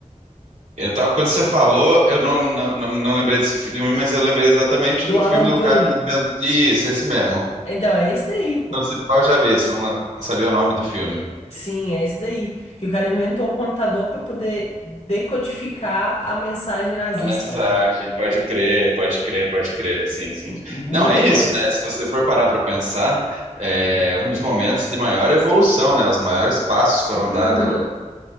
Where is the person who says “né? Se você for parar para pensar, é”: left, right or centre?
Right